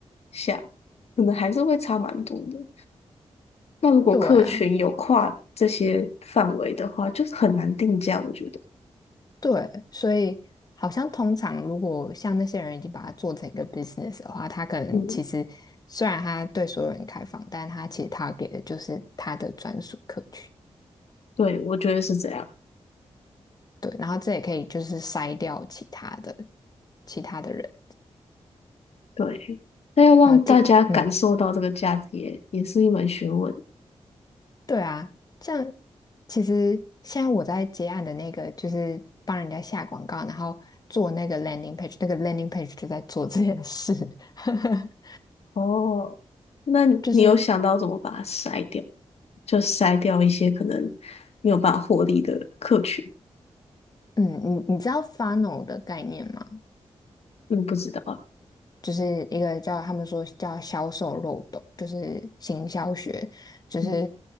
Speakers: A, on the left; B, on the left.
A: 下，可能还是会差蛮多的。那如果客群有跨这些范围的话，
B: 对啊。
A: 就是很难定价，我觉得。
B: 对，所以好像通常如果像那些人已经把它做成一个 business 的话，他可能其实虽然他对所有人开放，
A: 嗯，
B: 但他其实他给的就是他的专属客群。
A: 对，我觉得是这样。
B: 对，然后这也可以就是筛掉其他的其他的人，
A: 对，那要让大家感受到这个价值也也是一门学问。
B: 然后进嗯，对啊，像其实现在我在接案的那个就是帮人家下广告，然后做那个 landing page，那个 landing page 就在做这件事。<laughs>
A: 哦，那你有想到怎么把它筛掉？
B: 就是
A: 就筛掉一些可能没有办法获利的客群？
B: 嗯，你你知道 funnel 的概念吗？
A: 嗯，不知道啊。
B: 就是一个叫他们说叫销售漏斗，就是行销学，就是
A: 嗯，